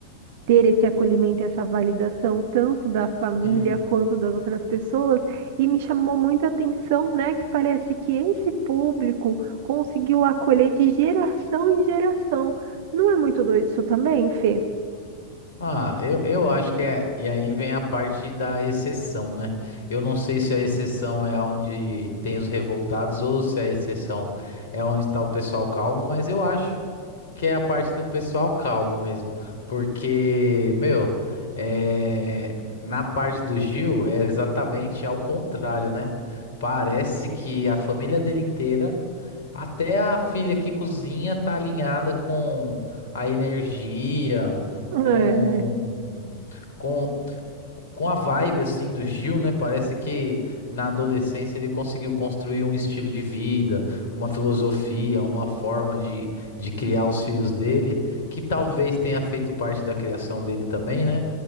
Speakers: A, on the right; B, on the left.
A: ter esse acolhimento, essa validação, tanto da família
B: hum.
A: quanto das outras pessoas, e me chamou muita atenção, né, que parece que esse público conseguiu acolher de geração em geração. Não é muito doido isso também, Fê?
B: Ah, eu, eu acho que é. E aí vem a parte da exceção, né? Eu não sei se a exceção é onde tem os revoltados ou se a exceção é onde tá o pessoal calmo, mas eu acho. que é a parte do pessoal calmo mesmo. Porque, meu, é, na parte do Gil é exatamente ao contrário, né? Parece que a família dele inteira, até a filha que cozinha, tá alinhada com a energia,
A: É,
B: com, com com a vibe assim do Gil, né? Parece que na adolescência ele conseguiu construir um estilo de vida, uma filosofia, uma forma de, de criar os filhos dele, que talvez tenha feito parte da criação dele também, né?